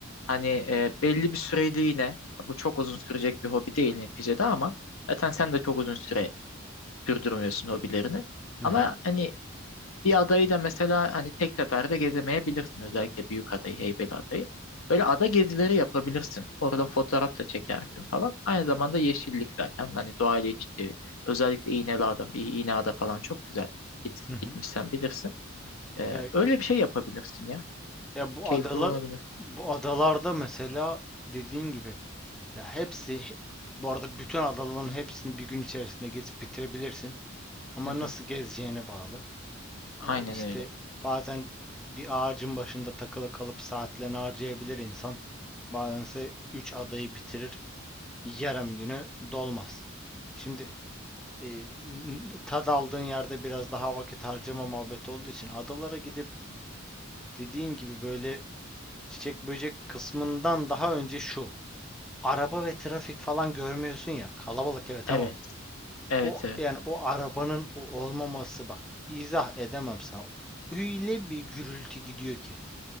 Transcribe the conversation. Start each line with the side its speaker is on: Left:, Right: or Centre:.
Left: hani e, belli bir süreliğine bu çok uzun sürecek bir hobi değil neticede ama zaten sen de çok uzun süre sürdürmüyorsun hobilerini.
Centre: hı
Left: Ama
Centre: hı,
Left: hani bir adayı da mesela hani tek seferde gezemeyebilirsin. Özellikle büyük adayı, Heybeli adayı. Böyle ada gezileri yapabilirsin. Oradan fotoğraf da çekersin falan. Aynı zamanda yeşillik zaten. Hani doğayla iç içe. Özellikle İğneada, İ- İğneada falan çok güzel. Git,
Centre: hı hı.
Left: gitmişsen bilirsin. Ee,
Centre: Ya
Left: öyle bir şey yapabilirsin ya.
Centre: Ya bu
Left: Keyifli
Centre: adalar
Left: olabilir.
Centre: bu adalarda mesela dediğin gibi ya hepsi bu arada bütün adaların hepsini bir gün içerisinde gezip bitirebilirsin. Ama
Left: Hı hı.
Centre: nasıl gezeceğine bağlı.
Left: Aynen
Centre: Ee, işte
Left: öyle.
Centre: bazen bir ağacın başında takılı kalıp saatlerini harcayabilir insan. Bazense 3 adayı bitirir, yarım günü dolmaz. Şimdi e, n- tad aldığın yerde biraz daha vakit harcama muhabbeti olduğu için adalara gidip dediğin gibi böyle çiçek böcek kısmından daha önce şu. Araba ve trafik falan görmüyorsun ya. Kalabalık evet
Left: Evet,
Centre: ama
Left: evet,
Centre: o
Left: evet.
Centre: yani o arabanın o olmaması bak izah edemem sana. Öyle bir gürültü gidiyor ki.